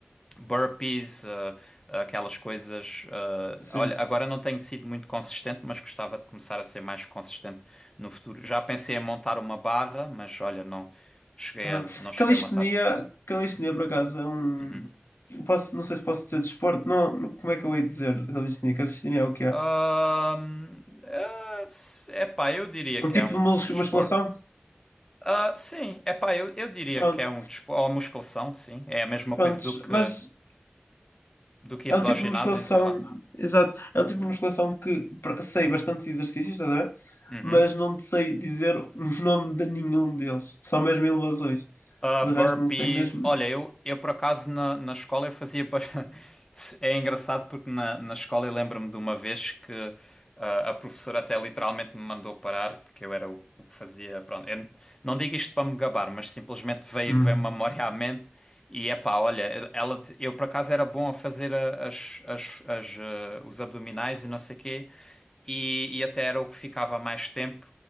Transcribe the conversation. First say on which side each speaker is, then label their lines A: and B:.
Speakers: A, on the left; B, on the left.
A: burpees, eh, eh, aquelas coisas. eh,
B: Sim.
A: olha, agora não tenho sido muito consistente, mas gostava de começar a ser mais consistente no futuro. Já pensei em montar uma barra, mas olha, não cheguei
B: Aham.
A: a, não cheguei
B: Calistenia,
A: a montar.
B: calistenia por acaso é um.
A: Uhum.
B: eu Posso, não sei se posso dizer desporto, não, como é que eu hei de dizer calistenia? Calistenia é o que é?
A: Ahm, eh, se- epá, eu diria
B: Um
A: que
B: tipo
A: é um
B: de mus-
A: desporto.
B: musculação?
A: Ah, sim, epá, eu, eu diria
B: Pronto,
A: que é um desporto. Ou musculação, sim. É a mesma
B: prontos.
A: coisa do que,
B: Mas
A: do que
B: é
A: ires
B: um tipo
A: ao ginásio,
B: de musculação,
A: sei lá.
B: exato, é um tipo de musculação que pra- sei bastantes exercícios, estás a ver?
A: Uhum.
B: Mas não te sei dizer o nome de nenhum deles, só mesmo elevações.
A: Ah,
B: De
A: burpees.
B: resto, não sei mesmo.
A: Olha, eu, eu por acaso na, na escola eu fazia. ba- <laughs> É engraçado porque na, na escola eu lembro-me de uma vez que ah, a professora até literalmente me mandou parar porque eu era o, o que fazia. Pronto, eu não digo isto para me gabar, mas simplesmente veio,
B: Hum,
A: veio uma memória à mente e epá, olha, ela, de- eu por acaso era bom a fazer a- as, as, as, ah, os abdominais e não sei o quê e, e até era o que ficava mais tempo.